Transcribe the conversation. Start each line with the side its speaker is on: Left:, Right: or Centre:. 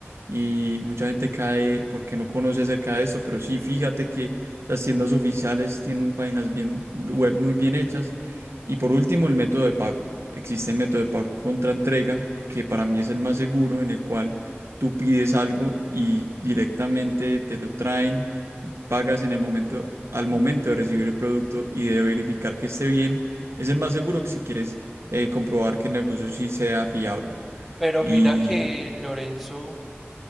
Right: Y mucha gente cae porque no conoce acerca de eso, pero sí, fíjate que las tiendas oficiales tienen páginas bien, web muy bien hechas. Y por último, el método de pago. Existe el método de pago contra entrega, que para mí es el más seguro, en el cual tú pides algo y directamente te lo traen y pagas en el momento, al momento de recibir el producto y de verificar que esté bien, es el más seguro si quieres eh, comprobar que el negocio sí sea fiable.
Centre: Pero
Right: Y
Centre: mira que Lorenzo,